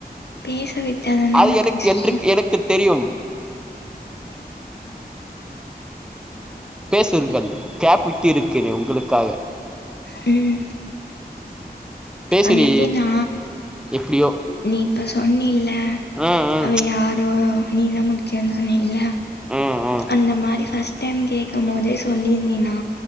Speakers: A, on the left; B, in the centre.
A: பேச விட்டாதானங்க
B: அது எனக்கு
A: பேச
B: என்று
A: முடியும்
B: எனக்கு தெரியும் பேசுங்கள் கேப் விட்டு இருக்கேனே உங்களுக்காக
A: ம்
B: பேசுடி
A: அது எப்டின்னா
B: எப்டியோ
A: நீ இப்ப சொன்னீல
B: ம் ம்
A: அவ யாரோ நீதா <unintelligible> ல்ல
B: ம்
A: அந்த மாரி ஃபர்ஸ்ட் டைம் கேக்க போதே சொல்லிருந்தீனா